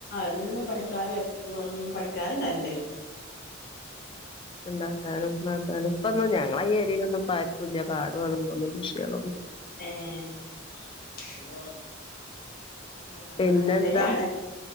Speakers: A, on the left; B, on the left.
A: ഇന്ന് പണിക്കാര് എപ്പ പണിക്കാരുണ്ടാലണ്ട്
B: എന്താ സാനം നാക്ക ഇപ്പൊന്നും ഞങ്ങള ഏരിയലൊന്നും പ്പാർക്കുല്ല പാടും അതൊന്നും കൃഷികളൊനും
A: ആം <unintelligible> ആഹ
B: പിന്നെന്താ
A: അങ്ങനെ തന്നെയാണ്